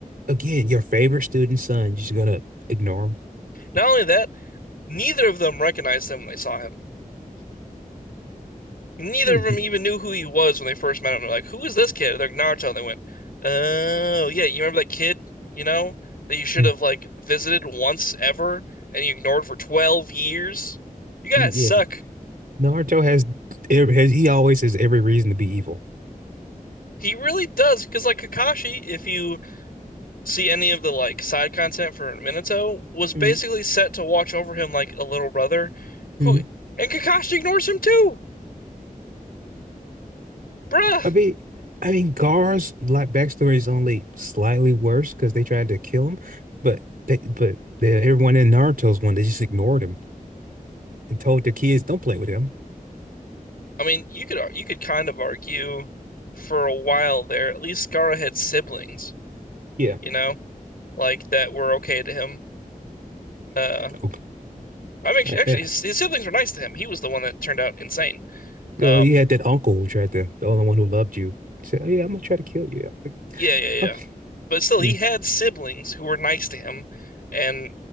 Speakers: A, on the right (about 75°); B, on the left (about 80°).
A: Again, your favorite student's son, you're just gonna ignore him.
B: Not only that, neither of them recognized him when they saw him. Neither
A: Hmm.
B: of them
A: You,
B: even knew who he was when they first met him. They're like, "Who is this kid?" They're like, Naruto. And they went, "Oh, yeah, you remember that kid, you know, that you should
A: hmm.
B: have like visited once ever and you ignored for 12 years? You guys
A: Hmm. Yes.
B: suck."
A: Naruto has has he always has every reason to be evil.
B: He really does, because like Kakashi, if you see any of the like side content for Minato, was basically
A: Mm-hmm.
B: set to watch over him like a little brother,
A: Mm-hmm.
B: who and Kakashi ignores him too, bruh.
A: I mean, I mean, Gar's like backstory is only slightly worse because they tried to kill him, but they but the, everyone in Naruto's one they just ignored him and told their kids don't play with him.
B: I mean, you could you could kind of argue for a while there. At least Gaara had siblings,
A: Yeah.
B: you know, like that were okay to him. Uh,
A: Oh,
B: I mean,
A: I,
B: actually,
A: I-
B: his, his siblings were nice to him. He was the one that turned out insane. Um,
A: oh, he had that uncle who tried to the only one who loved you. He said, oh, yeah, I'm gonna try to kill you. Like,
B: Yeah, yeah, yeah.
A: okay.
B: But still, he
A: Mm,
B: had siblings who were nice to him, and